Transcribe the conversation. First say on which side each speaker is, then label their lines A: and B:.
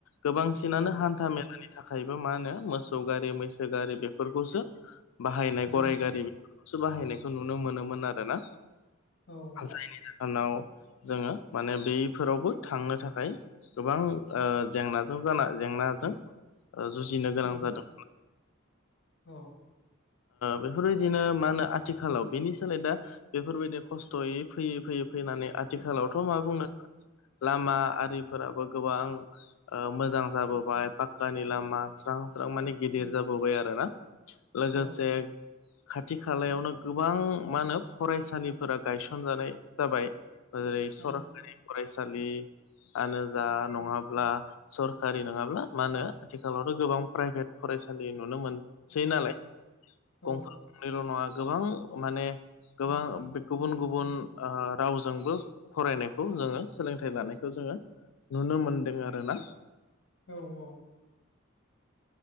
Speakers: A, on the left; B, on the left.
A: गोबांसिनानो
B: औ
A: हान्था मेलानि थाखायबो मा होनो मोसौ गारि मैसो गारि बेफोरखौसो बाहायनाय
B: उम
A: गराय गारि सो बाहायनायखौ नुनो मोनोमोन आरो ना
B: औ
A: जायनि जाहोनाव जोङो माने बैफोरावबो थांनो थाखाय गोबां जेंनाजों जाना जेंनाजों जुजिनो गोनां
B: उम
A: जादों
B: औ
A: बेफोरबायदिनो मा होनो आथिखालाव बेनि सोलाय दा बेफोरबायदि खस्थ'यै फैयै फैयै फैनानै आथिखालावथ' मा
B: उम
A: बुंनो लामा आरिफोराबो गोबां मोजां जाबोबाय पाक्कानि लामा स्रां स्रां माने गिदिर जाबोबाय आरो ना लोगोसे
B: औ
A: खाथि खालायावनो गोबां मा होनो फरायसालिफोरा गायसनजानाय जाबाय जेरै सरकारि
B: आ
A: फरायसालिआानो जा नङाब्ला सरखारि नङाब्ला मानो आथिखालावथ' गोबां प्राइभेट फरायसालि नुनो मोनसै
B: औ
A: नालाय
B: औ
A: गंफा गंनैल' नङा गोबां माने गोबां गुबुन गुबुन रावजोंबो फरायनायखौ जोङो सोलोंथाइ लानायखौ जोङो नुनो मोनदों आरोना
B: औ औ